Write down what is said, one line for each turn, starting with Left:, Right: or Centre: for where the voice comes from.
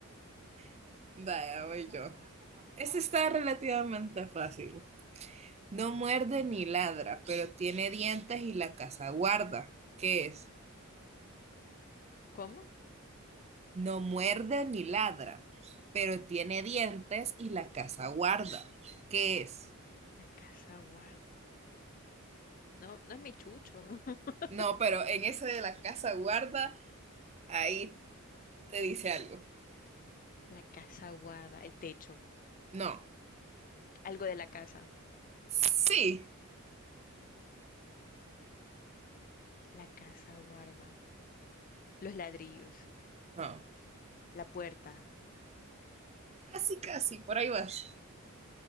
Right: <laughs> Vaya, voy yo. Este está relativamente fácil. No muerde ni ladra, pero tiene dientes y la casa guarda. ¿Qué es?
Left: ¿Cómo?
Right: No muerde ni ladra, pero tiene dientes y la casa guarda. ¿Qué es?
Left: La casa guarda. No, no es mi chucho. <laughs>
Right: No, pero en ese de la casa guarda, ahí te dice algo.
Left: La casa guarda. El techo.
Right: No.
Left: Algo de la casa.
Right: Sí.
Left: La casa guarda. Los ladrillos.
Right: No.
Left: La puerta.
Right: Casi, casi, por ahí vas.